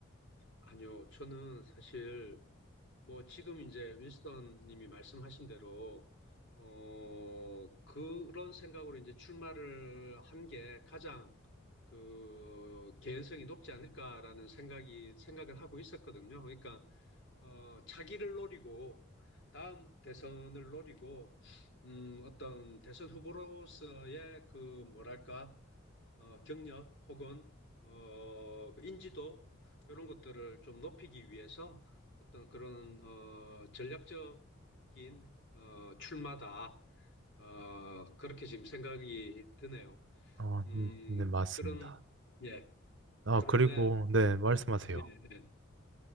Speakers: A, on the left; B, on the right.
A: 아니요. 저는 사실, 뭐, 지금 이제 윈스턴 님이 말씀하신 대로, 어, 그런 생각으로 이제 출마를 한 게 가장 그 개연성이 높지 않을까라는 생각이, 생각을 하고 있었거든요. 그러니까, 어, 차기를 노리고 다음 대선을 노리고 음, 어떤 대선 후보로서의 그 뭐랄까 어, 경력 혹은 어, 그 인지도 이런 것들을 좀 높이기 위해서 어떤 그런 어, 전략적인 어, 출마다 어, 그렇게 지금 생각이 드네요.
B: 아,
A: 음,
B: 음, 네, 맞습니다.
A: 그런 예
B: 아,
A: 그런데
B: 그리고 네, 말씀하세요.
A: 예, 예.